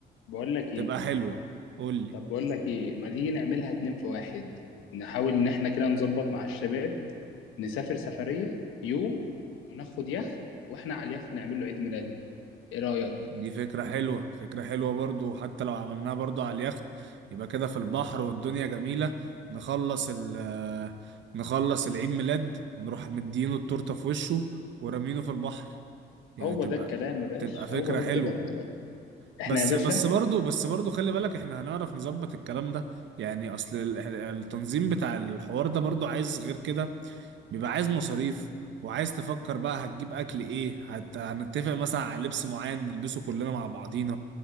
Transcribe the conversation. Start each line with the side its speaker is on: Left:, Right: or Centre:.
Left: بقول لك
Right: تبقى
Left: ايه
Right: حلوة قول لي
Left: طب بقول لك ايه ما تيجي نعملها اتنين في واحد نحاول ان احنا كده نظبط مع الشباب نسافر سفرية يوم وناخد يخت واحنا على اليخت نعمل له عيد ميلاده ايه رأيك
Right: دي فكرة حلوة فكرة حلوة برضو حتى لو عملناها برضو على اليخت يبقى كده في البحر والدنيا جميلة نخلص ال آه، نخلص العيد ميلاد ونروح مدينه التورتة في وشه ورمينه في البحر يعني
Left: هو
Right: تبقى
Left: ده الكلام يا باشا
Right: تبقى فكرة
Left: هو ده
Right: حلوة
Left: الكلام احنا
Right: بس
Left: يا باشا
Right: بس برضو بس برضو خلي بالك احنا هنعرف نظبط الكلام ده يعني اصل ال- التنظيم بتاع الحوار ده برضو عايز غير كده بيبقى عايز مصاريف وعايز تفكر بقى هتجيب اكل ايه هت... هنتفق مثلا على لبس معين نلبسه كلنا مع بعضينا